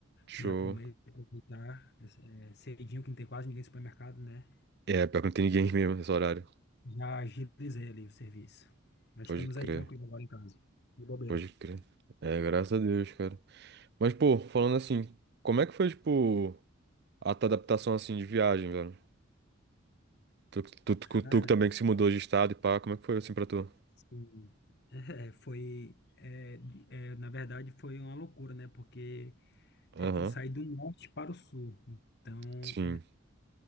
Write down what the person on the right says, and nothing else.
Show.
É, pior que não tem ninguém mesmo nesse horário.
Pode
crer,
pode crer. É, graças a Deus, cara. Mas, pô, falando assim, como é que foi, tipo, a tua adaptação, assim, de viagem, velho? Tu, tu, tu,
tu que também que se mudou de estado e pá, como é que foi, assim, pra tu?
Aham,
sim,